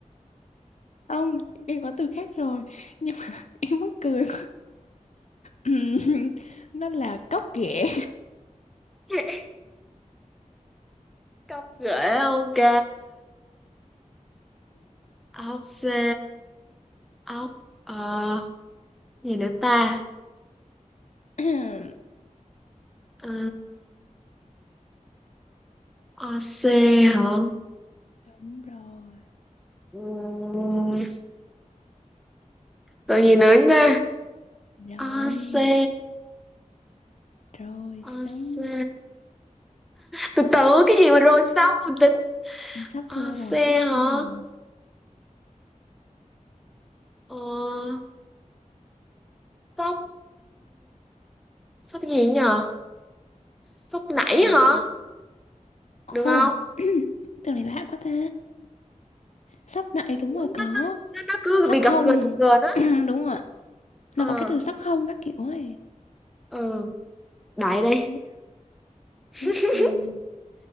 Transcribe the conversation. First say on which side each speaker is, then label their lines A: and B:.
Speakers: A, on the left; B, in the centre.
A: ông em có từ khác rồi nhưng mà <laughs> em mắc cười <laughs> <coughs> nó là cóc ghẻ
B: <laughs> Cọc rễ ok ốc xe ốc ờ gì nữa ta
A: <coughs>
B: ờ ốc xe hả
A: đúng rồi
B: Ừm, rồi gì nữa nha
A: rồi
B: ốc xe
A: rồi xong
B: ốc xe từ từ cái gì mà rồi xong mình tính
A: sắp
B: ốc
A: thua
B: xe
A: rồi sắp
B: hả
A: thua rồi
B: ờ sóc sốc gì nhờ? sốc nảy
A: rồi
B: hả?
A: ồ
B: Được không?
A: <coughs> <clears throat> cái từ này lạ quá ta sóc nại đúng
B: Nó,
A: rồi có
B: nó, nó nó cứ
A: sóc
B: bị
A: hông
B: gập ghềnh gập ghềnh
A: <coughs>
B: á.
A: <clears throat> đúng rồi
B: Ờ,
A: nó có cái từ sóc hông các kiểu ấy
B: ừ, đại đi.
A: chết
B: <laughs>
A: chết rồi